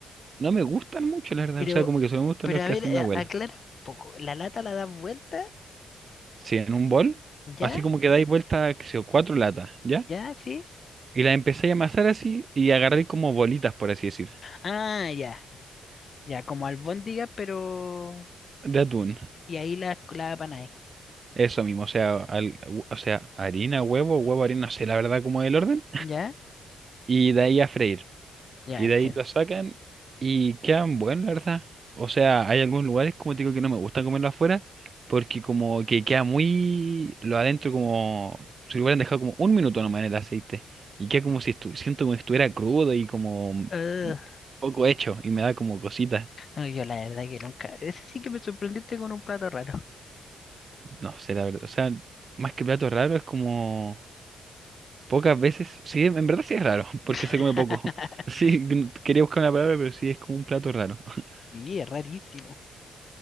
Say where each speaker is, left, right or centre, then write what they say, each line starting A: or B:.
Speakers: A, on the right (about 50°); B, on the left (about 50°).
A: no me gustan mucho, la verdad.
B: Pero,
A: O sea, como que solo me gustan
B: pero
A: los
B: a
A: que
B: ver,
A: hace
B: a-
A: mi abuela.
B: aclara un poco. ¿La lata la das vuelta
A: Sí, en un bol,
B: ¿Ya?
A: así como que dais vuelta, qué sé yo, cuatro latas, ¿ya?
B: ¿Ya? ¿Sí?
A: Y las empecé a amasar así y agarré como bolitas, por así decir,
B: Ah, ya, ya, como albóndiga, pero...
A: de atún.
B: Y ahí la, la ahí.
A: Eso mismo, o sea, al- o sea, harina, huevo, huevo, harina, no sé la verdad cómo es el orden.
B: ¿Ya?
A: Y de ahí a freír.
B: Ya,
A: Y
B: entiendo.
A: de ahí lo sacan y quedan buenos, la verdad. O sea, hay algunos lugares, como te digo, que no me gusta comerlo afuera, porque como que queda muy lo adentro, como si lo hubieran dejado como un minuto nomás en el aceite. Y queda como si estu- siento como si estuviera crudo y como m-
B: Ugh,
A: poco hecho, y me da como cositas.
B: no, yo la verdad que nunca... Ese sí que me sorprendiste con un plato raro.
A: No sé, la verdad. O sea, más que plato raro, es como pocas veces. Sí, en verdad sí es raro, <laughs> porque
B: <laughs>
A: se come poco. <laughs> Sí, quería buscar una palabra, pero sí es como un plato raro. <laughs>
B: Sí, es rarísimo.